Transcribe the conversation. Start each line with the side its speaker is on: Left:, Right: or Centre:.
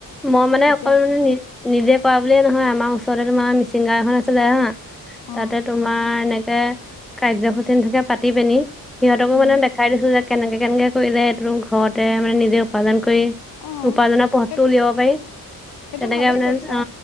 Centre: মই মানে
Left: তেতিয়া
Centre: অকল মানে নি নিজে কৰা বুলিয়ে নহয় আমাৰ আচলতে তোমাৰ মিচিংগা এখন আছিলে হা।
Left: অ
Centre: তাতে তোমাৰ এনে কাৰ্যসূচী <unintelligible> পাতি পিনি সিহঁতকো
Left: উম
Centre: মানে দেখাই দিছো যে কেনেকে-কেনেকে কৰি যায় এইটো ঘৰতে মানে নিজে উপাৰ্জন কৰি
Left: অ
Centre: উপাজনৰ পথটো
Left: সেইটো
Centre: উলিয়াব পাৰি।
Left: সেইটো
Centre: তেনেকে
Left: ভালেই
Centre: মানে
Left: কৰিছা,
Centre: অ